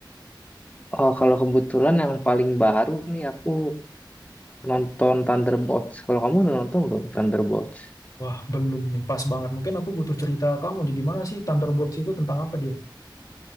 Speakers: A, on the left; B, on the left.
A: Oh, kalau kebetulan yang paling baru nih aku nonton Thunderbolts. Kalau kamu udah nonton belum Thunderbolts?
B: Wah, belum nih, pas banget. Mungkin aku butuh cerita kamu di gimana sih Thunderbolts itu tentang apa dia?